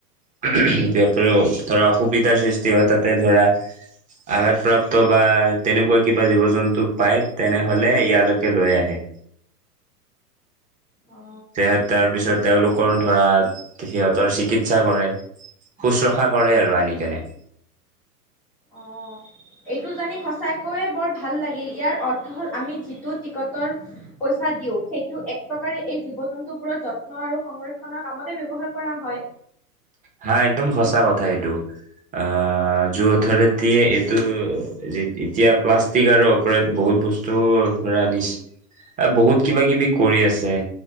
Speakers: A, on the right (about 15°); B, in the centre.
A: <unintelligible> ধৰা সুবিধাৰ সৃষ্টি হয় তাতে ধৰা আঘাতপ্ৰাপ্ত বা তেনেকুৱা কিবা জীৱ জন্তু পায় তেনেহলে ইয়ালৈকে লৈ আহে।
B: অ
A: স তাৰ পিছত তেওঁলোকৰ ধৰা সিহঁতৰ চিকিৎসা কৰে। শুশ্ৰূষা
B: উম
A: কৰে আৰু আনি তেনে
B: অঁ এইটো জানি সচাকৈয়ে বৰ ভাল লাগিল ইয়াৰ অৰ্থ হ'ল আমি যিটো টিকটৰ পইচা দিওঁ সেইটো এক প্ৰকাৰে এই জীৱ জন্তুবোৰৰ যত্ন আৰু সংৰক্ষনৰৰ কামতে ব্যৱহাৰ কৰা হয়।
A: হা একদম সঁচা কথা এইটো, আহ যু অথৰিটিয়ে এইটো এতিয়া প্লাষ্টিক আৰু ওপৰে বহুত বস্তু ধৰা আনিছে বহুত কিবা কিবি কৰি আছে।